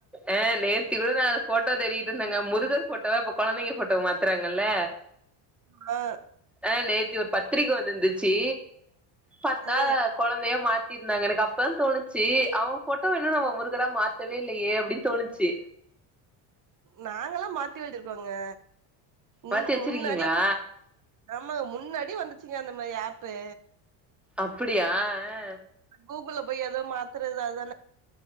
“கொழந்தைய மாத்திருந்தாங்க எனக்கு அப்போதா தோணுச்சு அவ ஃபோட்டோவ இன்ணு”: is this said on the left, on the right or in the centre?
Centre